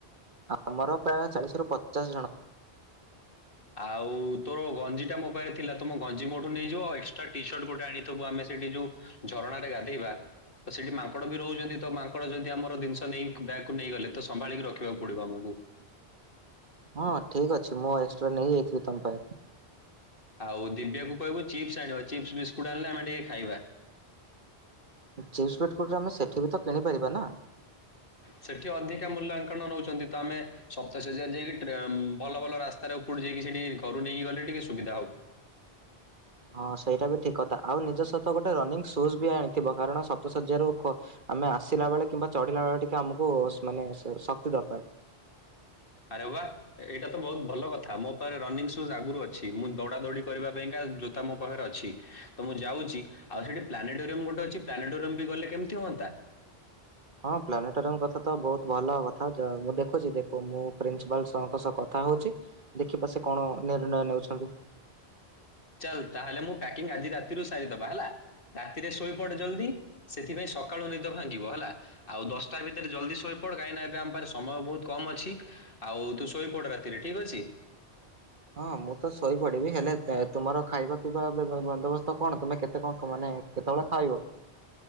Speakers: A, on the right; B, on the left.
A: ଆମର ପ୍ରାୟ ଚାଳିସି ରୁ ପଚାଶ ଜଣ।
B: ଆଉ ତୋର ଗଞ୍ଜିଟା ମୋ ପାଖରେ ଥିଲା ତମ ଗଞ୍ଜି ମୋଠୁ ନେଇଯିବ ଆଉ ଏକ୍ସଟ୍ରା ଟିସର୍ଟ ଗୋଟେ ଆଣି ସବୁ ଆମେ ସେଇଠି ଯୋଉ ଝରଣାରେ ଗାଧେଇବା। ତ ସେଇଠି ମାଙ୍କଡ଼ ବି ରହୁଛନ୍ତି ତ ମାଙ୍କଡ଼ ଯଦି ଆମର ଜିନିଷ ନେଇ ବ୍ୟାଗକୁ ନେଇଗଲେ ତ ସମ୍ଭାଳିକି ରଖିବାକୁ ପଡିବ ଆମକୁ।
A: ହଁ ଠିକ ଅଛି ମୁଁ ଏକ୍ସଟ୍ରା ନେଇଯାଇଥିବି ତମ ପାଇଁ।
B: ଆଉ ଦିବ୍ୟ କୁ କହିବୁ ଚିପ୍ସ ଆଣିବା ଚିପ୍ସ ବିସ୍କୁଟ ଆନିଲେ ଆମେ ଟିକେ ଖାଇବା।
A: ଚିପ୍ସ ବିଟ୍ଟୁତ ଆମେ ସେଠି ବି ତ କିଣିପାରିବା ନା
B: ସେଠି ଅଧିକା ମୂଲ୍ୟାଙ୍କନ ନଉଛନ୍ତି ତ ଆମେ ସପତାେଇଶ ହଜାର ଯାଇକି ଟ୍ରଉ ଭଲ ଭଲ ରାସ୍ତା। ତାର ଉପୁଡ଼ୁ ଯାଇକି ସେଠି ଘରୁ ନେଇକି ଗଲେ ଟିକେ ସୁବିଧା ହେବ।
A: ହଁ ସେଇଟା ବି ଠିକ୍ କଥା ଆଉ ନିଜ ସହିତ ଗୋଟେ ରନିଂ ସୁଜ୍ ବି ଆଣିଥିବ କାରଣ ସପ୍ତ ଶଜଯ୍ୟାରୁ ଉ କ ଆମେ ଆସିଲା ବେଳେ କିମ୍ବା ଚଢିଲା ବେଳେ ଟିକେ ଆମକୁ ସ୍ ମାନେ ଶକ୍ତି ଦରକାର।
B: ଆରେ ବା ଆ ଏଇଟା ତ ବହୁତ ଭଲ କଥା ମୋ ପାଖରେ ରନିଙ୍ଗ ସୁଜ ଆଗରୁ ଅଛି ମୁଁ ଦୌଡା ଦୌଡି କରିବା ପାଇଁକା ଜୋତା ମୋ ପାଖରେ ଅଛି। ତ ମୁଁ ଯାଉଛି ଆଉ ସେଠି ପ୍ଲାନେଟୋରିୟମ ଗୋଟେ ଅଛି ପ୍ଲାନେଟୋରିୟମ ବି ଗଲେ କେମିତି ହୁଅନ୍ତା।
A: ହଁ ପ୍ଲାନେଟୋରିୟମ କଥା ତ ବହୁତ ଭଲ କଥା ମୁଁ ଦେଖୁଛି ଦେଖ ମୁଁ ପ୍ରିନ୍ସିପାଲଙ୍କ ସହ କଥା ହଉଛି। ଦେଖିବା ସେ କଣ ନିର୍ଣ୍ଣୟ ନେଉଛନ୍ତି।
B: ଚାଲ ତାହେଲେ ମୁଁ ପ୍ୟାକିଂ ଆଜି ରାତିରୁ ସାରିଦବା ହେଲା ରାତିରେ ଶୋଇପଡେ ଜଲ୍ଦି। ସେଥିପାଇଁ ସକାଳୁ ନିଦ ଭାଙ୍ଗିବ ହେଲା। ଆଉ ଦଶଟା ଭିତରେ ଜଲ୍ଦି ଶୋଇପଡ କାହିଁକିନା ଏବେ ଆମ ପା ସମୟ ବହୁତ କମ ଅଛି। ଆଉ ତୁ ଶୋଇପଡ ରାତିରେ ଠିକ ଅଛି।
A: ହଁ ମୁଁ ତ ଶୋଇହିପଡିବି ହେଲେ ତ ତୁମର ଖାଇବା ପିଇବା ବ୍ଯବବନ୍ଦୋବସ୍ତ କଣ ତମେ କେତେ କଣ ମାନେ। କେତେବେଳେ ଖାଇବ।